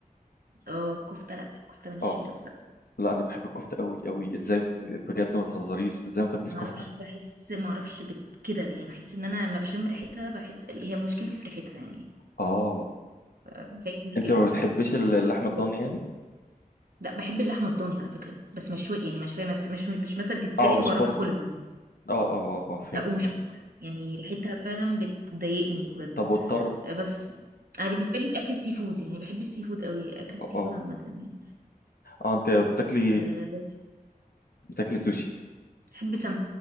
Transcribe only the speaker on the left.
اه
لا انا بحب الكفته قوي قوي ازاي ب- بجد ما تهزريش ازاي ما تاكليش
كفته
اه
انت ما بتحبيش
ال- اللحمه الضاني
يعني
اه مش
كفته
اه اه اه آه، فهمت
فهمت
طب والطرب
اه آه.
اه انت بتاكلي
بتاكلي سوشي